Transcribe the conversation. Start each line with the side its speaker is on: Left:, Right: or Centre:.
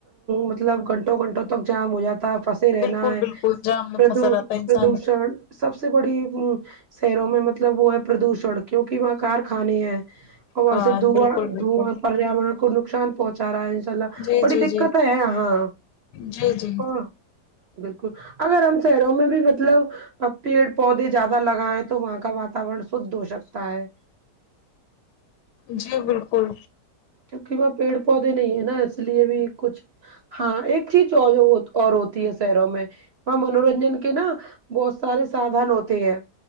Right: مطلب گھنٹوں گھنٹوں تک جام ہو جاتا فس تے رہنا
Left: بالکل
Right: ہے
Left: بالکل جام میں
Right: پرد
Left: پھنسا رہتا ہے انسان
Right: پردوشن سب سے بڑی شہروں میں مطلب وہ ہے پردوشن کیونکی وہاں کارخانے ہیں اور وہاں
Left: ہاں
Right: سے دھواں
Left: بالکل بالکل
Right: دھواں پریاوارن کو نقصان نقصان پہنچا رہا ہے ان شاء اللہ
Left: جی
Right: بڑی
Left: جی
Right: دککت
Left: جی
Right: ہے یہاں
Left: جی جی
Right: اور بالکل اگر ہم شہروں میں بھی مطلب پیڑ پودے زیادہ لگائیں تو وہاں کا واتاورن شدھ ہو سکتا ہے
Left: جی بالکل
Right: کیونکہ وہاں پیڑ پودے نہیں ہے نا اس لیے بھی کچھ ہاں ایک چیز اور ہوتی ہے شہروں میں وہاں منورنجن کے نا بہت سارے سادھن ہوتے ہیں